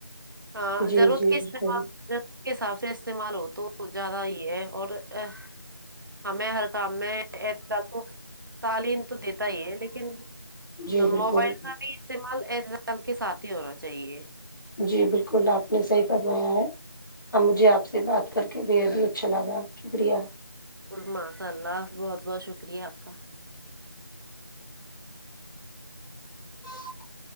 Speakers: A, on the right (about 55°); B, on the left (about 55°).
A: ہاں
B: جی
A: ضرورت
B: جی
A: کے استعمال
B: بالکل
A: وقت کے حساب سے استعمال ہو تو زیادہ ہی ہے اور ہ ہمیں ہر کام میں ا ؤ تعلیم تو دیتا ہی ہے لیکن
B: جی بالکل
A: موبائل کا بھی ستعمال اعتدال کے ساتھ ہی ہونا چاہیے
B: جی بالکل آپ نے صحیح فرمایا ہے اب مجھے آپ سے بات کر کے بے حد ہی اچھا لگا شکریہ
A: اور ماشاء اللہ بہت بہت شکریہ آپ کا
B: <inaudible>